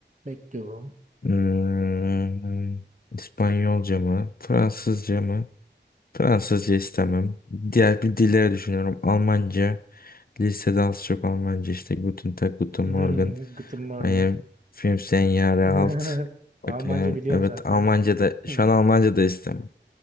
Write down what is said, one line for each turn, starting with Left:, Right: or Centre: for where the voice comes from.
Right: Bekliyorum.
Left: Hmm, İspanyolca mı? Fransızca mı? Fransızca istemem. Diğer bir dilleri düşünüyorum. Almanca. Lisede az çok Almanca işte. Guten Tag, Guten
Right: <laughs>
Left: Morgen.
Right: Guten Morgen.
Left: I am fünfzehn Jahre
Right: <laughs>
Left: alt.
Right: Almanca
Left: Bakayım.
Right: biliyorsun
Left: Evet
Right: zaten.
Left: Almanca da
Right: <laughs>
Left: şu
Right: Hı.
Left: an Almanca da istemem.